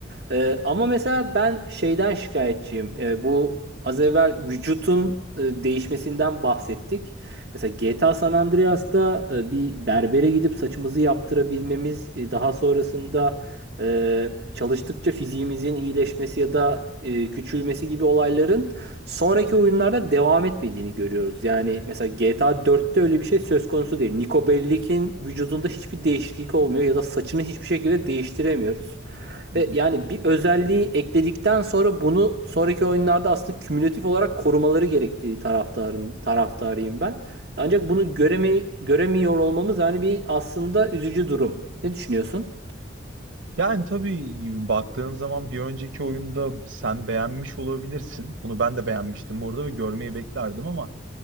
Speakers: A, on the right; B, on the right.
A: Ee, ama mesela ben şeyden şikayetçiyim. Ee, bu az evvel vücutun e, değişmesinden bahsettik. Mesela GTA San Andreas'ta e, bir berbere gidip saçımızı yaptırabilmemiz, e, daha sonrasında e, çalıştıkça fiziğimizin iyileşmesi ya da e, küçülmesi gibi olayların sonraki oyunlarda devam etmediğini görüyoruz. Yani mesela GTA 4'te öyle bir şey söz konusu değil. Niko Bellic'in vücudunda hiçbir değişiklik olmuyor ya da saçını hiçbir şekilde değiştiremiyoruz.
B: Hı
A: Ve
B: hı.
A: yani bir özelliği ekledikten sonra bunu sonraki oyunlarda aslında kümülatif olarak korumaları gerektiği taraftarın taraftarıyım ben. Ancak bunu göreme, göremiyor olmamız yani bir aslında üzücü durum. Ne düşünüyorsun?
B: Yani tabii baktığın zaman bir önceki oyunda sen beğenmiş olabilirsin. Bunu ben de beğenmiştim orada ve görmeyi beklerdim ama